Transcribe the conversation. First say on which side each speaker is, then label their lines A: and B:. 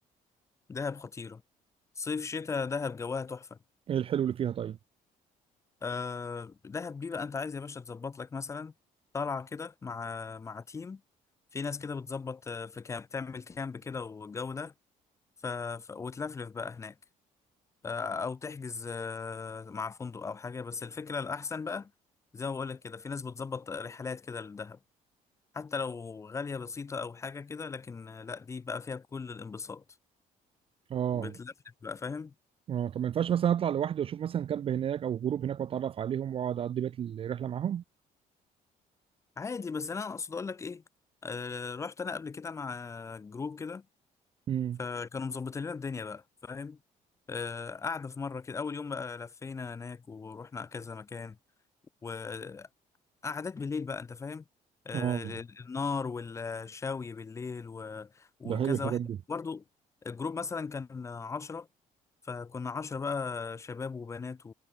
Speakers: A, on the left; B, on the right.
A: دهب خطيره صيف شتاء دهب جواها تحفه
B: ايه الحلو اللي فيها طيب
A: آه دهب دي بقى انت عايز يا باشا تظبط لك مثلا طالعه كده مع مع تيم في ناس كده بتظبط آه، في كامب تعمل كامب كده والجو ده ف... ف... وتلفلف بقى هناك آه او تحجز آه مع فندق او حاجه بس الفكره الاحسن بقى زي ما بقول لك كده في ناس بتظبط رحلات كده للدهب حتى لو غاليه بسيطه او حاجه كده لكن آه، لا دي بقى فيها كل الانبساط
B: اه
A: بتلفلف بقى فاهم
B: اه طب ما ينفعش مثلا اطلع لوحدي واشوف مثلا كامب هناك او جروب هناك واتعرف عليهم واقعد اقضي بقية الرحله معاهم
A: عادي بس انا اقصد اقول لك ايه آه رحت انا قبل كده مع جروب كده
B: امم
A: فكانوا مظبطين لنا الدنيا بقى فاهم آه، قعدة في مرة كده أول يوم بقى لفينا هناك ورحنا كذا مكان وقعدات بالليل بقى أنت فاهم آه،
B: اه
A: النار والشاوي بالليل و... وكذا
B: ده حلو الحاجات
A: واحد
B: دي
A: برضو الجروب مثلا كان عشرة فكنا عشرة بقى شباب وبنات و...